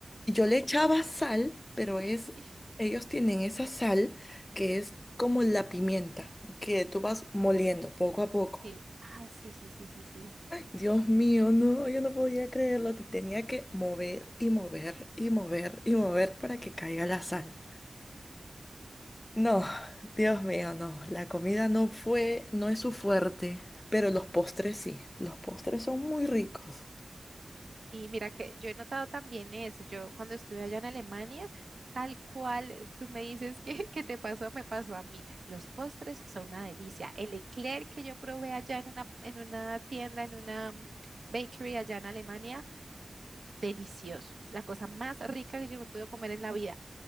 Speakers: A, on the left; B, on the right.
A: Y Yo
B: O-
A: le echaba sal,
B: <laughs>
A: pero es,
B: Sí,
A: ellos tienen esa sal que es como la pimienta, que tú vas moliendo poco a poco.
B: sí, ah, sí, sí, sí, sí, sí.
A: Dios mío, no, yo no podía creerlo, te tenía que mover y mover y mover y mover para que caiga la sal. No, Dios mío, no. La comida no fue, no es su fuerte, pero los postres sí. Los postres son muy ricos.
B: Y mira que yo he notado también eso. Yo cuando estuve allá en Alemania, tal cual eh, tú me dices que, <laughs> que te pasó, me pasó a mí. Los postres son una delicia. El eclair que yo probé allá en una, en una tienda, en una mm, bakery allá en Alemania, delicioso. La cosa más rica que yo me pude comer en la vida.